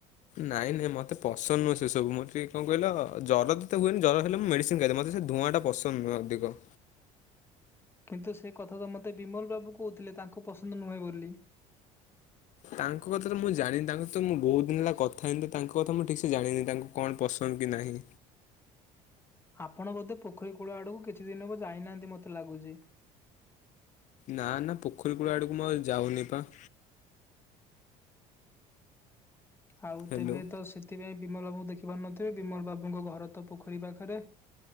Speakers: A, on the left; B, on the left.
A: ନାଇଁ ନାଇଁ ମତେ ପସନ୍ଦ ନୁହଁ। ସେ ସବୁ ମୁଁ ଟିକେ କଣ କହିଲ ଜର ତ ହୁଏନି। ଜର ହେଲେ ମୁ ମେସିନ ଖାଇଦେ। ମୋତେ ସେ ଧୂଆଁ ଟା ପସନ୍ଦ ନୁହଁ ଅଧିକ।
B: କିନ୍ତୁ ସେ କଥା ତ ମୋତେ ବିମଲ ବାବୁ କହୁଥିଲେ ତାଙ୍କୁ ପସନ୍ଦ ନୁହେଁ ବୋଲି।
A: ତାଙ୍କ କଥା ତ ମୁଁ ଜାଣିନି ତାଙ୍କର ତ ମୁଁ ବହୁତ ଦିନ ହେଲା କଥା ହେଇନି ତ ତାଙ୍କ କଥା ମୁଁ ଠିକ ସେ ଜାଣିନି ତାଙ୍କୁ। କଣ ପସନ୍ଦ କି ନାହିଁ?
B: ଆପଣ ବୋଧେ ପୋଖରୀ କୂଳ ଆଡକୁ କିଛି ଦିନ ହେବ ଯାଇନାହାନ୍ତି ମୋତେ ଲାଗୁଛି।
A: ନା ନା ପୋଖରୀ କୂଳ ଆଡ଼କୁ ମୁଁ ଯାଉନି ପା।
B: ଆଉ
A: ହ୍ୟାଲୋ।
B: ତେବେ ତ ସେଥିପାଇଁ ବିମଲ ବାବୁଙ୍କୁ ଦେଖିପାରୁନଥିବେ, ବିମଲ ବାବୁଙ୍କ ଘର ତ ପୋଖରୀ ପାଖରେ।